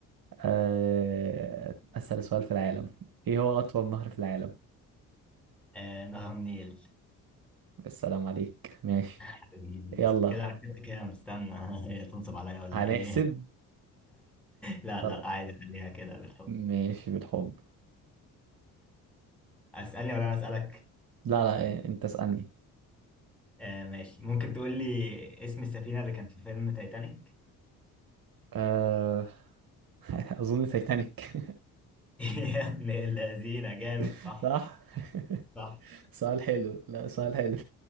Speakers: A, on the right; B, in the centre.
A: أه اسهل سؤال في العالم ايه هو اطول نهر في العالم
B: آه نهر النيل
A: السلام عليك ماشي
B: حبيبي
A: يلا
B: كده انا كنت كام استنى <laughs> تنصب عليا ولا
A: هنحسب
B: ايه <laughs> لا
A: خلاص.
B: لا عادي خليها كده بالحب
A: ماشي بالحب
B: اسالني ولا انا اسالك
A: لا لا إيه، انت اسألني
B: آه ماشي ممكن تقول لي اسم السفينه اللي كانت في فيلم تايتانيك
A: أه <laughs> اظن تايتانيك
B: <laughs> يا ابن اللذينه جامد
A: <laughs>
B: صح
A: صح
B: صح
A: <laughs> سؤال حلو لا سؤال حلو